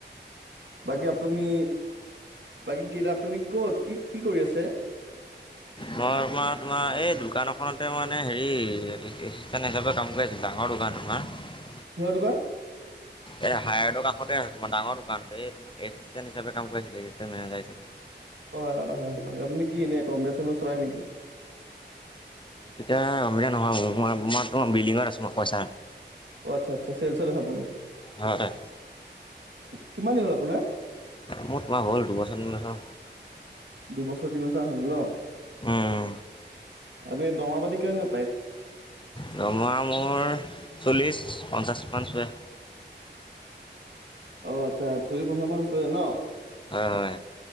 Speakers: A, on the right; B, on the left.
A: বাকী আপুনি বাকী কটা আপুনি কত কি কি কৰি আছে উ
B: মই তোমাৰ তোমাৰ এই দোকান এখনতে মানে হেৰি এচিষ্টেণ্ট হিচাপে কাম কৰি আছো ডাঙৰ <unintelligible>
A: কিহৰ দোকান
B: এই হায়াৰডৰ কষতে আছেো তোাৰ ডাঙৰ দোকানটো এই তোাৰ এছিেণ্ট হিচাপে কাম কৰিছিলে এচিষ্টেণ্ মেজাৰ হিচাপে
A: অ হয় হয় হয় হয় আপুনি কি এনে কম্পিটিচন চলাই নেকি
B: এতিয়া নহয় মো বিল্ডিঙত আছো মই পইচা
A: অ আচ্ছা আচ্ছা চেলচাৰ আছাপ
B: হয়
A: কিমান দিন হ'ল আপোনাৰ
B: মোৰ তোমাৰ হ'ল দুবছৰ তিনিবছৰ
A: দুবছৰ তিন বছৰ হল ন
B: উম
A: আৰু দৰ্মহা পাতি কেনে
B: জমা মোৰ চল্লিছ পঞ্চাছ মান ছোৱে
A: অ আচ্ছা চদি পঞ্চা মান চৰে ন
B: হয় হয়